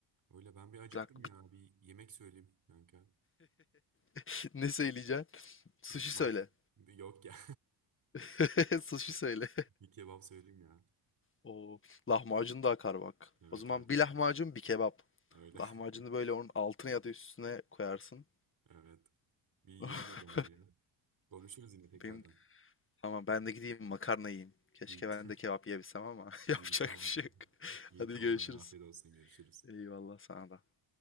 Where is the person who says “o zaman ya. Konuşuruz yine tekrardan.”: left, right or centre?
Right